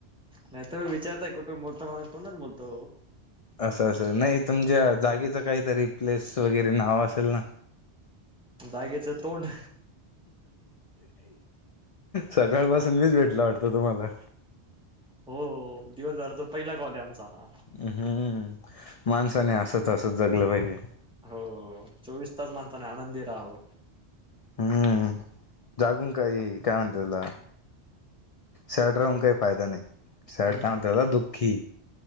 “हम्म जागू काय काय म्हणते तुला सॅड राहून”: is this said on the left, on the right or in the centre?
Left